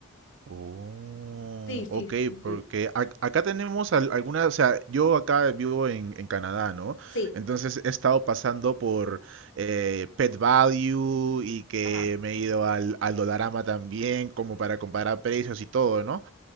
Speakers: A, on the right; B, on the left.
A: Oh,
B: Sí, sí,
A: ok,
B: sí.
A: porque ac- acá tenemos al- algunas, o sea, yo acá vivo en, en Canadá, ¿no?
B: Sí.
A: Entonces he estado pasando por eh, Pet Value y que
B: Ajá.
A: me he ido al, al Dollarama también, como para comparar precios y todo, ¿no?